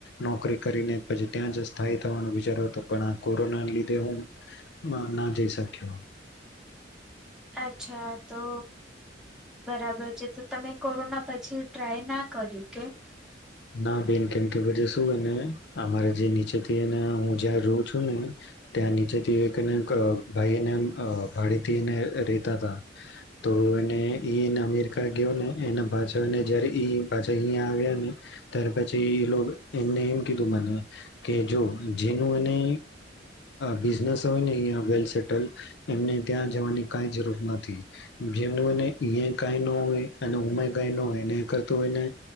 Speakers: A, on the left; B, in the centre.
A: નોકરી કરીને પછી ત્યા સ્ થવાનો બચારો હતો પણ કોરોના લીધે હું ના જઈ શક્યો.
B: અચ્છા તો બરાબર છે તો તમે કોરોના પછી ટ્રાય ના કર્યું કે?
A: ના બેન કેમ કેે શુંને અમારે જે નીચેથીને હું જય રહું છું ને ત્યાં નીચેથી એકને ભાઈને ભાડેથીને રેતા હતા. તો એને એને અમેરિકા ગયો ને એના પાછાને જય્યારે એ પાછા અહીંયા આવ્યા ને ત્યાર પછી એ લોકો એમને એમ કીધું મને, કે જો જેનું એને બિઝનેસ હોય ને અ વેલ સેટલ, એમને ત્યાં જવાની કઈ જરૂર નથી. જેમનું એને ઈ ક ન હોય અને ઉમે કઈ ન હોય એને કરતું હોને